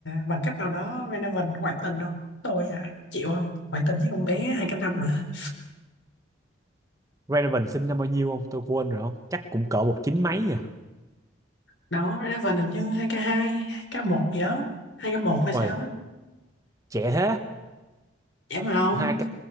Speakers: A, on the left (about 65°); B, on the right (about 15°).
A: bằng cách nào đó Renovan ngoại tình đâu. Tôi à, chịu không? Ngoại tình với con bé hai k năm hả?
B: Renovan sinh năm bao nhiêu không tôi quên rồi không chắc cũng cỡ một chín mấy à
A: Đó, Renovan hình như hai k hai 2K1 gì đó. hai k một hay sao
B: ôi
A: á?
B: trẻ thế
A: Vậy mà không?
B: hai